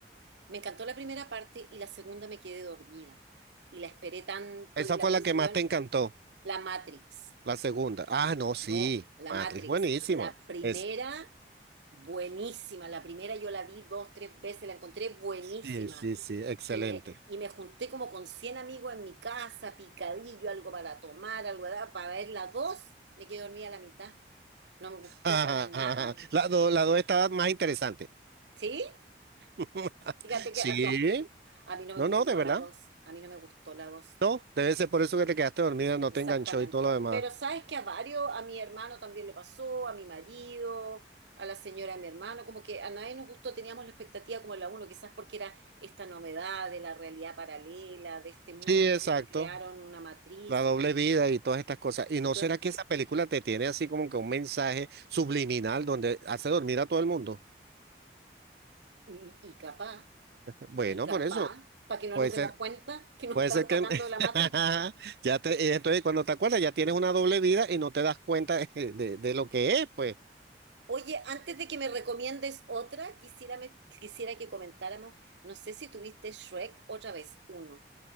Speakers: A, on the right; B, on the right.
A: me encantó la primera parte y la segunda me quedé dormida. Y la esperé tanto
B: Esa
A: y la
B: fue
A: cuestión,
B: la que más te encantó,
A: La Matrix,
B: la segunda. Ah, no, sí,
A: no, La
B: Matrix,
A: Matrix.
B: buenísima.
A: La primera,
B: Es,
A: buenísima. La primera yo la vi dos, tres veces, la encontré buenísima.
B: sí, sí, sí, excelente.
A: Y me, y me junté como con 100 amigos en mi casa, picadillo, algo para tomar, algo da- para ver la dos. Me quedé dormida a la mitad. No me gustó
B: <laughs>
A: para nada.
B: La, dos la dos estaba más interesante.
A: ¿Sí?
B: <laughs>
A: Fíjate
B: Sí,
A: que <laughs> ah, no, a mí no me
B: no,
A: gustó
B: no, de verdad.
A: la dos. A mí no me gustó la dos.
B: No, debe ser por eso que te quedaste dormida, no
A: Exactamente.
B: te enganchó y todo lo demás.
A: Pero sabes que a varios, a mi hermano también le pasó, a mi marido, a la señora de mi hermano, como que a nadie nos gustó, teníamos la expectativa como la uno, quizás porque era esta novedad de la realidad paralela, de este mundo
B: Sí, exacto.
A: que crearon una matriz
B: La doble
A: y, que-
B: vida y todas estas cosas. ¿Y
A: y,
B: no
A: tú,
B: será
A: em,
B: que esa película te tiene así como que un mensaje subliminal donde hace dormir a todo el mundo?
A: y, y capaz,
B: Bueno,
A: y capaz,
B: por eso.
A: para que no
B: Puede
A: nos
B: ser,
A: demos cuenta que nos
B: puede
A: están
B: ser
A: sacando
B: que <laughs>
A: de la Matrix.
B: ya te, y entonces cuando te acuerdas ya tienes una doble vida y no te das cuenta <laughs> de- de lo que es, pues.
A: Oye, antes de que me recomiendes otra, quisiera, me- quisiera que comentáramos, no sé si tuviste Shrek otra vez, uno.